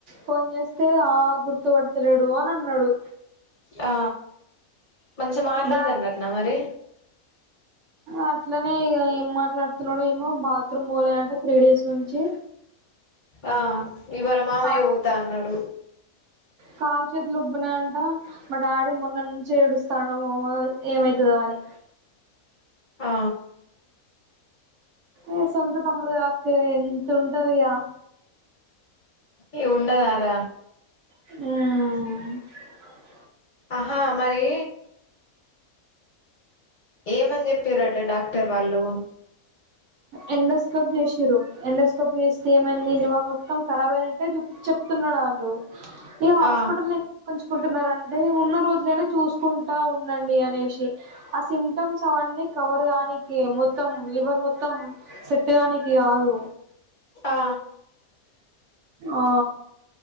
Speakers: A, on the right (about 65°); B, on the left (about 45°).
A: ఫోన్ చేస్తే ఆ గుర్తుపడతలేడు అని అన్నాడు
B: ఆ మంచిగా మాట్లాడతండాటన
A: డా
B: మరి
A: అట్లనే ఇగ ఏం మాట్లాడుతున్నాడు ఏమో బాత్రూమ్ పోలే అంటే త్రీ డేస్ నుంచి
B: అ ఇవాళ మామయ్య
A: కాల్
B: పోతా అన్నాడు
A: కాలు చేతులు ఉబ్బిన అంట మా డాడీ మొన్న నుంచే ఏడుస్తాండు ఏమయితదో అని
B: ఆ
A: ఏ సొంత తమ్ముడు గ అక్క ఎంత ఉంటది ఇగ
B: ఈ ఉండదారా
A: ఉమ్
B: ఆహా మరి ఏమని చెప్పారట డాక్ క్టర్ వాళ్ళు
A: ఎండోస్కోప్ చేసిర్రు ఎండోస్కోప్ చేస్తే ఏమైంది లివర్ మొత్తం కరాబ్ అయినట్టే చు చె ప్తుతున్నా డళ్ళు ఇగ హాస్పిటల్
B: ఆ
A: కొంచ కుంటున్నారంటే ఉన్న రోజు చూకుంటా ఉండండి అనేసి ఆ సింటమ్స్ అవన్నీ కవర్గానికె మొత్తం లివర్ మొత్తం సెట్టు గానికి కాదు
B: ఆ
A: ఆ